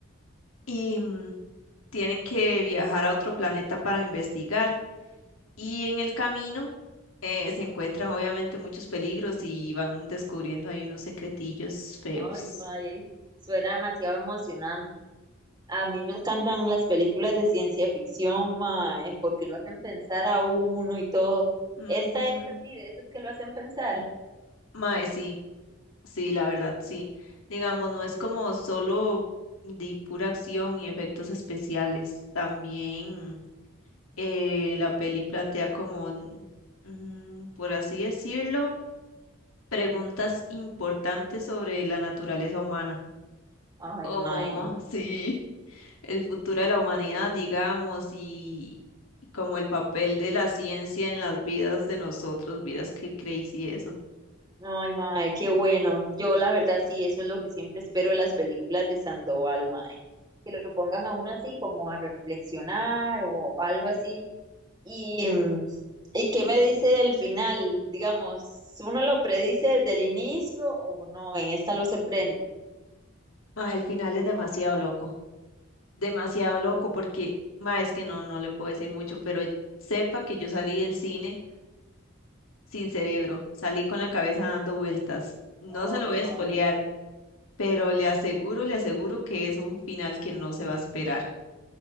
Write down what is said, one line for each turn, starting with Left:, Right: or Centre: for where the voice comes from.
Left: y mm, tienen que viajar a otro planeta para investigar. Y en el camino eh, se encuentran obviamente muchos peligros y van descubriendo ahí unos secretillos feos.
Right: Ay, mae, suena demasiado emocionante. A mí me encantan las películas de ciencia ficción, mae, porque lo hacen pensar a uno y todo.
Left: Ujú.
Right: Esta es así, de esas que lo hacen pensar.
Left: Mae, sí, sí, la verdad, sí. Digamos, no es como solo de pura acción y efectos especiales. También eh, la peli plantea como, n- mm, por así decirlo, preguntas importantes sobre la naturaleza humana,
Right: Ay,
Left: como
Right: mae.
Left: <laughs> sí, el futuro de la humanidad, digamos, y, y como el papel de la ciencia en las vidas de nosotros. Vieras qué crazy eso.
Right: Ay, mae, qué bueno. Yo, la verdad, sí, eso es lo que siempre espero de las películas de Sandoval, mae. Que lo pongan a uno así, como a reflexionar o algo así. Y, mm, ¿y qué me dice del final? Digamos, ¿uno lo predice desde el inicio o no? En esta lo sorprende.
Left: Mae, el final es demasiado loco. demasiado loco porque, ma, es que no, no le puedo decir mucho, pero sepa que yo salí del cine sin cerebro, salí con la cabeza dando vueltas. No
Right: Ay,
Left: se lo voy
Right: mae.
Left: a espolear, pero le aseguro, le aseguro que es un final que no se va a esperar.